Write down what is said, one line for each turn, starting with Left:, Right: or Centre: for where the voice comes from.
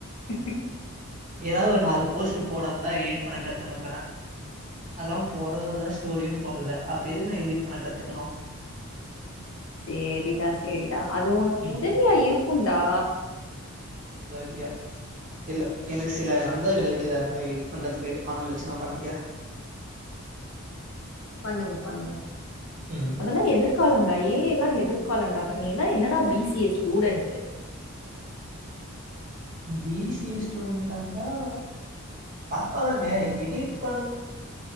Left: ம்ஹ் ம்ஹ்
Right: எதாவ் ஒரு நாலு போஸ்ட்டு போடந்தா எடிட் பண்ண கத்துனுப்பே அதுலாம் போடது இல்லச் டோரியும் போடதில அப்ப எதுக்கு நா எடிட் பண்ண கத்துக்கணு
Left: சேரிடா சேரிடா அது உனுக்
Right: ம்
Left: உதவியா இருக்குன்டா
Right: உதவியா இல்ல எனக்கு சில நண்பர்கள் இருக்கிறாங்க எடிட் பண்றதுக்கு அவனுங்ள வச்சு நா பண்ணிக்றே
Left: பண்ணுங்க பண்ணுங்க
Right: ம்
Left: அதெலா எதிர்காலம் ரையே எல்லா எதிர்காலம்டா அப்பறோ நீலா என்னடா B C A student
Right: B C A ஸ்டூடெண்டாந்தா பத்வாலாங்க எடிட் பண்